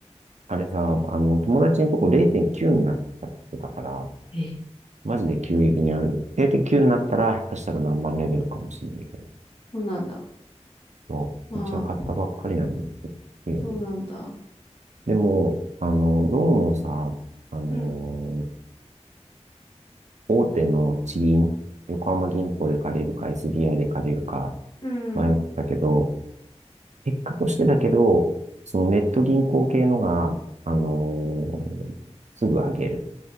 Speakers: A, on the right (about 85°); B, on the left (about 50°).
A: あれさ、あの、友達のとこ0.9になったって言ってたから、
B: ええ。
A: マジで急激にある。0.9になったら、下手したら何万レベルかもしれないけど。
B: そうなんだ。
A: そううちは買ったばっかりなのに、
B: まあ、
A: 結構低いよね。
B: そうなんだ。
A: でも、あの、ローンをさ、あの
B: うん
A: 大手の地銀、横浜銀行で借りるか SBI で借りるか
B: うん。
A: 迷ってたけど、結果としてだけど、そのネット銀行系のが、あのーすぐ上げる。